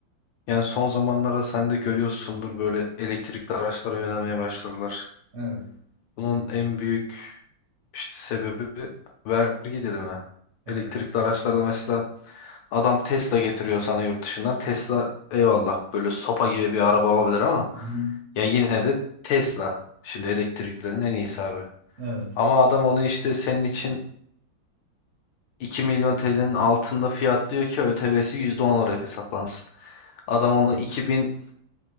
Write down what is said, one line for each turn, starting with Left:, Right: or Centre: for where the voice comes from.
Left: yani son zamanlarda sen de görüyorsundur böyle elektrikli araçlara yönelmeye başladılar.
Right: Evet,
Left: Bunun en büyük işte sebebi vergi dilimi.
Right: evet.
Left: Elektrikli araçlarda mesela Adam Tesla getiriyor sana yurt dışından. Tesla eyvallah böyle sopa gibi bir araba olabilir ama
Right: Hı hı.
Left: ya yine de Tesla. Şimdi elektriklerin en iyisi abi.
Right: Evet,
Left: Ama adam onu işte senin için iki milyon TL'nin altında fiyat diyor ki ÖTV'si %10 olarak hesaplansın. Adam onu iki bin